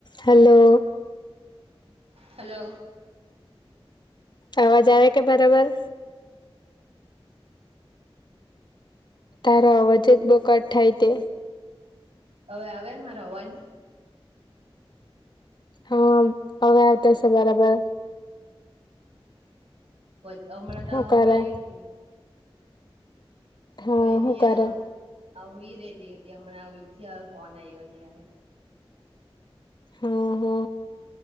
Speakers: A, on the left (about 50°); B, on the right (about 90°).
A: Hello.
B: Hello
A: અવાજ આવે કે બરાબલ? તારો અવાજ જ બહુ કટ થાય તે.
B: હવે આવે મારો અવાજ?
A: હા, આવતા સે બરાબર.
B: બ હમણાં તો
A: હું
B: હમળં
A: કરે
B: જ નહી.
A: હા,
B: કઈ નહી
A: હું કરે?
B: આ આ હુઈ રેલી હતી હમણાં હુઈ થીં હવે ફોન આવ્યો ત્યારે.
A: હો, હો.